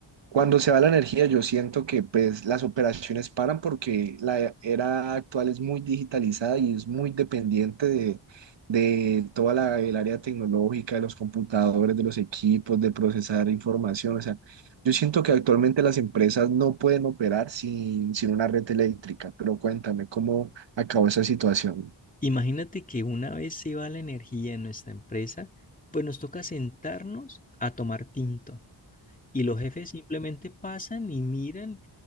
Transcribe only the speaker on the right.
Cuando se va la energía, yo siento que pues las operaciones paran porque la era actual es muy digitalizada y es muy dependiente de, de toda la, el área tecnológica, de los computadores, de los equipos, de procesar información. O sea, yo siento que actualmente las empresas no pueden operar sin, sin una red eléctrica, pero cuéntame cómo acabó esa situación.